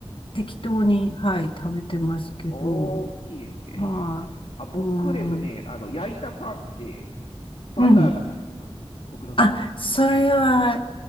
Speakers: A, on the left (about 60°); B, on the left (about 85°).
A: 適当に、はい、食べてますけど、
B: おー、いいですね。
A: まあ、
B: あ、僕ですね、
A: うーん、
B: あの、焼いたパンって、バターが最高なんですよ。
A: うん、
B: 僕の中では。
A: あ、それは、